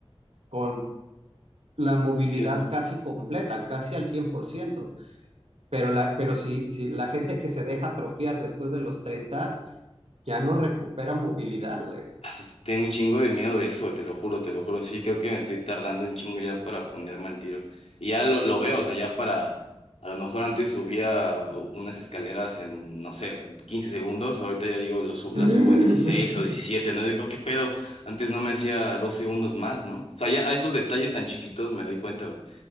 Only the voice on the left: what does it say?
Eh,
As- Tengo un chingo de miedo de eso, te lo juro, te lo juro. Sí, creo que me estoy tardando un chingo ya para ponerme al tiro. Y ya lo, lo veo, o sea, ya para... A lo mejor antes subía unas escaleras en, no sé, en 15 segundos. Ahorita ya digo, lo sub-
la subo en dieciséis o diecisiete ¿no? Digo, ¿qué pedo? Antes no me hacía dos segundos más, ¿no? O sea, ya a esos detalles tan chiquitos me doy cuenta, güey.